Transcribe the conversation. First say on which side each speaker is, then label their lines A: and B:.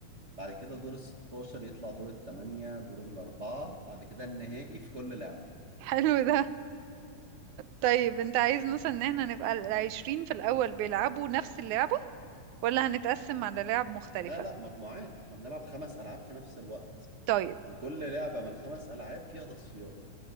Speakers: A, on the right; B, on the right.
A: بعد كده دور ال 16 يطلع دور الثمانية دور الأربعة بعد كده النهائي في كل لعبة
B: حلو ده طيب انت عايز مثلا ان احنا نبقى العشرين في الاول بيلعبوا نفس اللعبة ولا هنتقسم على لعب مختلفة
A: لا لا مجموعات احنا بنلعب خمس ألعاب في نفس الوقت
B: طيب
A: وكل لعبة من الخمس ألعاب فيها تصفيات